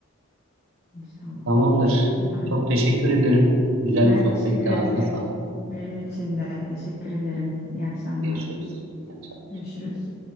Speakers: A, on the left (about 45°); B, on the right (about 70°).
A: inşallah.
B: Tamamdır.
A: Güzel.
B: Çok teşekkür ederim. Güzel
A: Ben
B: bir sohbetti.
A: teşekkür ederim.
B: Ağzına sağlık.
A: Benim için de teşekkür ederim. İyi akşamlar.
B: Görüşürüz. İyi akşamlar.
A: Görüşürüz.